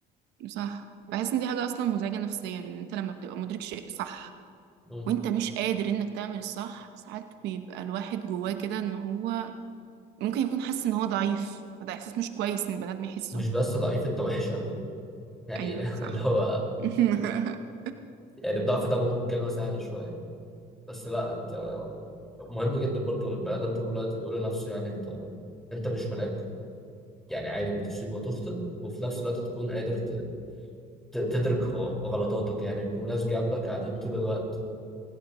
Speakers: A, on the right; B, in the centre.
A: صح بحس إن دي حاجة أصلا مزعجة نفسيا إن أنت لما بتبقى مدرك شيء صح
B: مم.
A: وأنت مش قادر إنك تعمل الصح ساعات بيبقى الواحد جواه كده إن هو ممكن يكون حاسس إن هو ضعيف فده إحساس مش كويس إن البني آدم يحسه
B: مش بس ضعيف انت وحش قوي يعني
A: أيوه
B: يعني
A: صح
B: <laughs> اللي هو
A: <laughs>
B: يعني الضعف ده ممكن كلمه سهله شويه بس لا انت مهم جدا برضو البني ادم طول الوقت يقول لنفسه يعني انت انت مش ملاك يعني عادي بتصيب وتخطئ وفي نفس الوقت تكون قادر ت- ت- تدرك غ- غلطاتك يعني بيكون ناس جنبك قاعدين طول الوقت